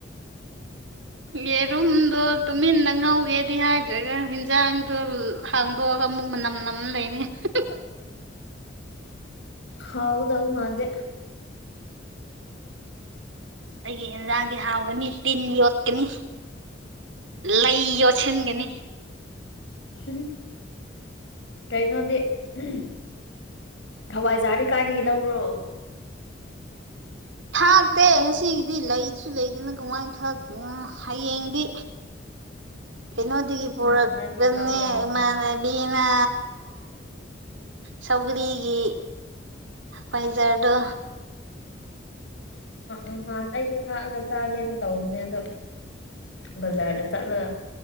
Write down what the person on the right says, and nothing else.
ꯌꯦꯔꯨꯝꯗꯣ ꯇꯨꯃꯤꯟꯅ ꯉꯧꯒꯦꯗꯤ ꯍꯥꯏꯗ꯭ꯔꯒ ꯍꯤꯟꯖꯥꯡꯗꯣ ꯍꯥꯡꯗꯣꯛꯑꯒ ꯑꯃꯨꯛ ꯃꯅꯝ ꯅꯝ ꯂꯩꯔꯦ ꯍꯨꯡ ꯍꯨꯡ ꯍ
ꯑꯩꯒꯤ ꯏꯟꯖꯥꯡꯗꯤ ꯍꯥꯎꯒꯅꯤ ꯇꯤꯟ ꯌꯣꯠꯀꯅꯤ ꯂꯩ ꯌꯣꯠꯁꯤꯟꯒꯅꯤ
ꯊꯥꯛꯇꯦ ꯉꯁꯤꯒꯤꯗꯤ ꯂꯩꯁꯨ ꯂꯩꯗꯅ ꯀꯃꯥꯏꯅ ꯊꯥꯛꯇꯣꯏꯅꯣ ꯍꯌꯦꯡꯗꯤ ꯀꯩꯅꯣꯗꯒꯤ ꯄꯨꯔꯛꯄꯅꯤ
ꯏꯃꯥꯅ
ꯑꯅ ꯁꯧꯒꯔꯤꯒꯤ ꯄꯩꯖꯥꯗꯨ